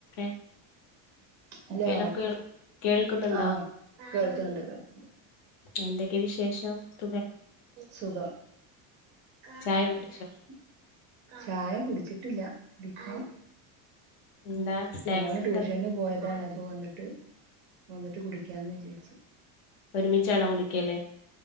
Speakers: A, on the left; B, on the right.
A: <inaudible>
B: Hello
A: hello കേ കേൾക്കുന്നുണ്ടോ
B: ആഹ് കേൾക്കുന്നുണ്ട് കേൾക്കുന്നുണ്ട്
A: എന്തൊക്കെ വിശേഷം സുഖ
B: സുഖം <inaudible>
A: ചായ കുടിച്ചോ
B: ചായ കുടിച്ചിട്ടില്ല കുടിക്കണം
A: എന്താ സ്നാക്സ്
B: മോന്
A: ഒക്കെ
B: ട്യൂഷന് പോയതാണ് ഇപ്പ വന്നിട്ട് വന്നിട്ട് കുടിക്കാന്ന് വിചാരിച്
A: ഒരുമിച്ചാണോ കുടിക്കല്